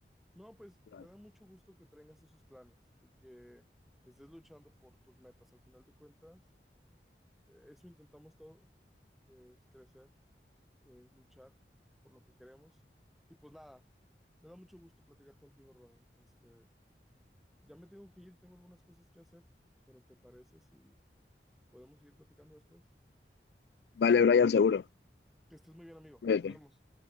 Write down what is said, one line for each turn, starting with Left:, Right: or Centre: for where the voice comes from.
Centre: No, pues
Left: Claro.
Centre: me da mucho gusto que traigas esos planes y que estés luchando por tus metas. Al final de cuentas, eh, eso intentamos todos, que es crecer, que es luchar por lo que queremos. Y pues nada, me da mucho gusto platicar contigo, Ronnie. Este, ya me tengo que ir, tengo algunas cosas que hacer, pero ¿te parece si podemos seguir platicando después?
Left: Vale, Brian, seguro.
Centre: Que estés muy bien, amigo.
Left: Cuídate.
Centre: Nos vemos.